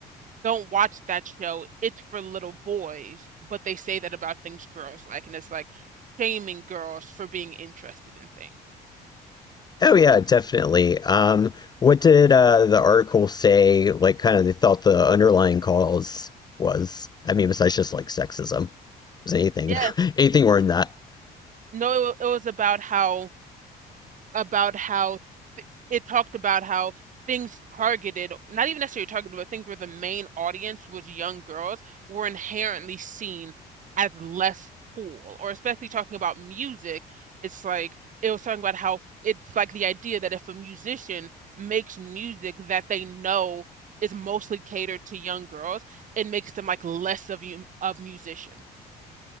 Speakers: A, on the right; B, on the left.
A: don't watch that show. It's for little boys." But they say that about things girls like, and it's like shaming girls for being interested in things.
B: Oh yeah, definitely. Um, what did uh, the article say? Like, kind of, they thought the underlying cause was. I mean, besides just like sexism, was anything
A: Yeah,
B: <laughs> anything more than that?
A: no, it was about how about how th it talked about how things targeted, not even necessarily targeted, but things where the main audience was young girls were inherently seen as less cool. Or especially talking about music, it's like it was talking about how it's like the idea that if a musician makes music that they know is mostly catered to young girls, it makes them like less of you of musician.